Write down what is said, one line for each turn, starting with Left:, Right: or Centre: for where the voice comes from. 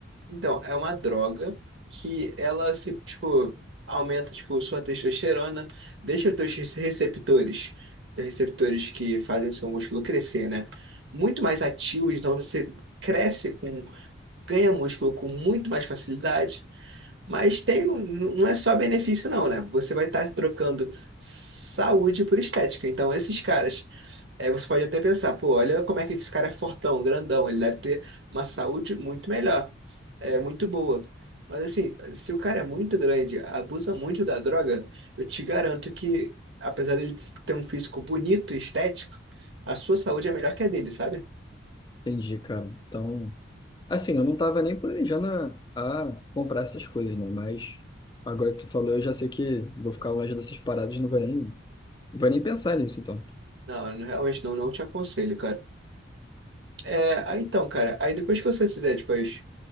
Right: então, é uma droga que ela se, tipo, aumenta, tipo, sua testosterona, deixa os teus receptores, receptores que fazem o seu músculo crescer, né? Muito mais ativos, então você cresce com, ganha músculo com muito mais facilidade. Mas tem, não é só benefício, não, né? Você vai estar trocando saúde por estética. Então, esses caras, é, você pode até pensar, pô, olha como é que esse cara é fortão, grandão, ele deve ter uma saúde muito melhor, é muito boa. Mas assim, se o cara é muito grande, abusa muito da droga, eu te garanto que, apesar dele ter um físico bonito e estético, a sua saúde é melhor que a dele, sabe?
Left: Entendi, cara. Então, assim, eu não tava nem planejando a, a comprar essas coisas, né? Mas agora que tu falou, eu já sei que vou ficar longe dessas paradas, não vou nem. Não vai nem pensar nisso, então.
Right: Não, eu não- realmente não, não te aconselho, cara. É, aí então, cara, aí depois que você fizer, depois